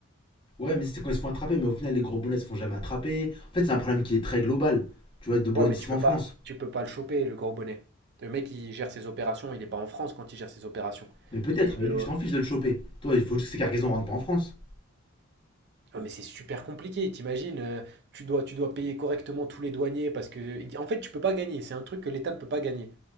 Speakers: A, on the left (about 25°); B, on the right (about 50°).
A: Ouais, mais c'est quand ils se font attraper, mais au final, les gros boulets se font jamais attraper. En fait, c'est un problème qui est très global, tu vois, de banditisme
B: Ouais, mais tu peux
A: en France.
B: pas, tu peux pas le choper, le gros bonnet. Le mec, il gère ses opérations, il est pas en France quand il gère ses opérations.
A: Mais peut-être,
B: Il est,
A: mais
B: euh,
A: lui, tu t'en fiches de le choper. Toi, il faut juste que ces cargaisons rentrent pas en France.
B: Ah, mais c'est super compliqué, t'imagines, euh, tu dois, tu dois payer correctement tous les douaniers parce que, en fait, tu peux pas gagner, c'est un truc que l'État ne peut pas gagner.